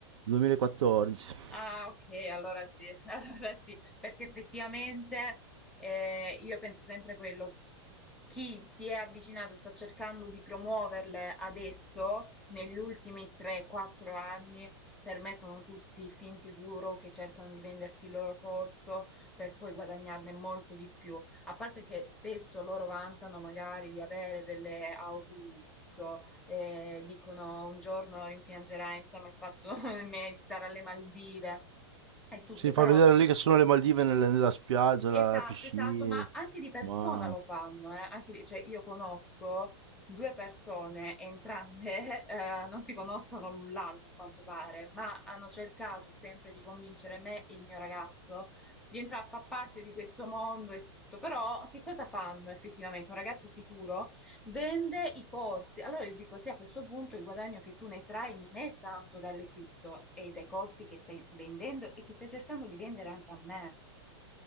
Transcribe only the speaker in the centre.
Ah, ok, allora sì, <laughs> allora sì, perché effettivamente eh, io penso sempre quello, chi si è avvicinato e sta cercando di promuoverle adesso, negli ultimi 3-4 anni, per me sono tutti finti guru che cercano di venderti il loro corso per poi guadagnarne molto di più. A parte che spesso loro vantano magari di avere delle auto di lusso eh, dicono un giorno rimpiangerai, insomma, il fatto <laughs> di stare alle Maldive e tutto,
però
Esatto,
esatto, ma anche di persona
lo fanno, eh, anche di- cioè io conosco due persone, entrambe <laughs> eh, non si conoscono l'un l'altro a quanto pare, ma hanno cercato sempre di convincere me e il mio ragazzo di entrare a far parte di questo mondo e tutto. Però che cosa fanno effettivamente? Un ragazzo sicuro vende i corsi. Allora io dico, sì, a questo punto il guadagno che tu ne trai non è tanto dalle cripto, è dai corsi che stai vendendo e che stai cercando di vendere anche a me.